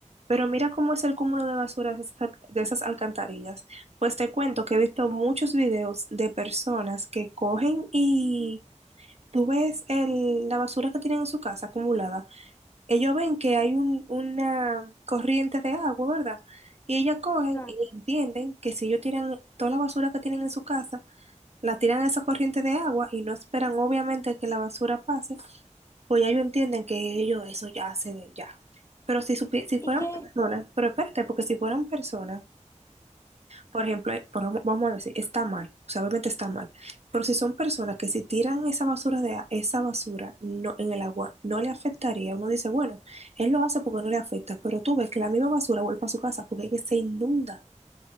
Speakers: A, on the right (about 55°); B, on the left (about 20°).
A: Pero mira cómo es el cúmulo de basura de esas, al- de esas alcantarillas. Pues te cuento que he visto muchos videos de personas que cogen y tú ves el, la basura que tienen en su casa acumulada ellos ven que hay un- una corriente de agua, ¿verdad? Y ellas cogen
B: Claro.
A: y entienden que si ellos tiran toda la basura que tienen en su casa, la tiran a esa corriente de agua y no esperan obviamente que la basura pase, pues ya ellos entienden que ellos eso ya se ve ya. Pero si, supie- si fueran
B: Y que
A: personas, pero espérate, porque si fueran personas, por ejemplo, hay- por- vamos a decir, está mal, o sea, obviamente está mal, pero si son personas que si tiran esa basura de a- esa basura no, en el agua, no le afectaría, uno dice, bueno, él lo hace porque no le afecta, pero tú ves que la misma basura vuelve a su casa porque es que se inunda.